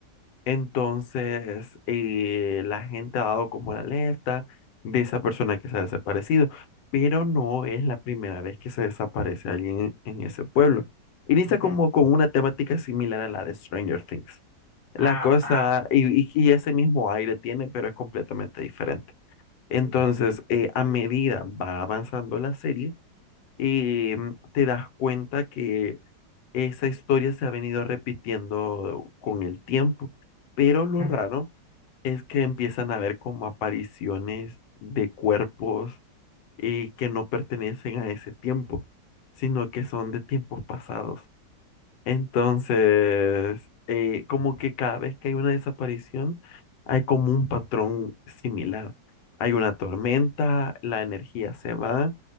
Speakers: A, on the left (about 85°); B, on the right (about 30°).
A: Entonces, eh, la gente ha dado como la alerta de esa persona que se ha desaparecido, pero no es la primera vez que se desaparece alguien en ese pueblo. Inicia
B: ajá.
A: como con una temática similar a la de Stranger Things. La
B: Ah,
A: cosa,
B: ajá.
A: y, y- y ese mismo aire tiene, pero es completamente diferente. Entonces, eh, a medida va avanzando la serie, eh, te das cuenta que esa historia se ha venido repitiendo con el tiempo, pero lo
B: ajá,
A: raro es que empiezan a ver como apariciones de cuerpos eh, que no pertenecen a ese tiempo, sino que son de tiempos pasados. Entonces, eh, como que cada vez que hay una desaparición, hay como un patrón similar. Hay una tormenta, la energía se va